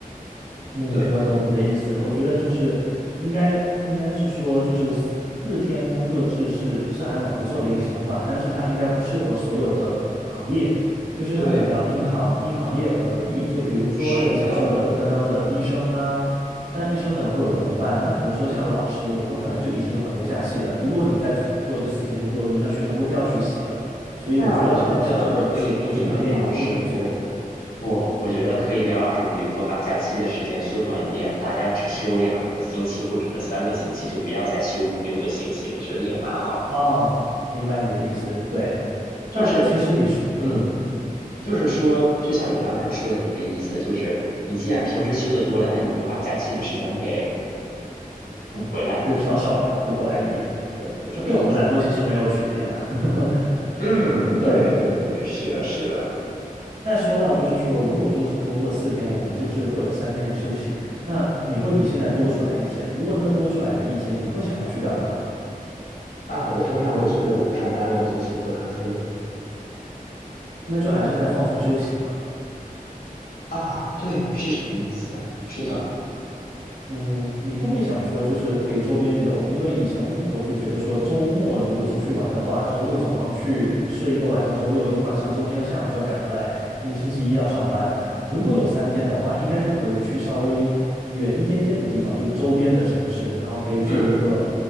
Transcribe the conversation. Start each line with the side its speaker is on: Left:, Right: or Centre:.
Right: 嗯，
Left: 对，
Right: 我懂你的意思。我觉得就是应该应该是说，就是四天工作制是是还蛮不错的一个想法，但是它应该不适合所有的行业，就是它可能要因行因行业而异。
Left: 对，
Right: 就比如说你像说的刚刚的医生啊，
Left: 是的。
Right: 但医生可能会有轮班。那比如说像老师，我们本来就已经有很多假期了，如果你再做一个四天工作日，那学生都不要学习了。所以我觉得老师这个职这个行业也不能做
Left: 那我觉得可以给你们老师，不，我觉得可以给老师，比如说把假期的时间缩短一点，大家只是有两个星期或者是三个星期，就不要再休五六个星期，我觉得也蛮好。
Right: 啊。明白你的意思，对。
Left: 就是，
Right: 那其实你是，
Left: 嗯，
Right: 嗯，
Left: 就是说，就像你刚才说的那个意思，就是你既然平时休的多了，那你就把假期的时间给补回来一点。
Right: 就调少来，补回来一点。
Left: 对对，就这个意思。
Right: 那对我们来说其实没有区别啦。<laughs>
Left: 嗯，对对对，
Right: 对，
Left: 是的，是的。
Right: 那说到就是说，如果说是工作四天，我们就是会有三天的休息，那你会比现在多出来一天。如果那多出来的一天，你会想要去干嘛？
Left: 啊，我通常我觉得我不上班了，我就去喝咖啡。
Right: 那就还是在放松休息嘛。
Left: 啊，对，是这个意思，是的，
Right: 嗯，你会不会想说，就是可以周边游？因为以前我就觉得说，周末如果出去玩的话，周六早上去睡一个晚上，周六一个晚上，周天下午就要赶回来，因为星期一要上班。如果有三天的话，应该就可以去稍微远一点点的地方，就周边的城市，然后可以做一个
Left: 嗯，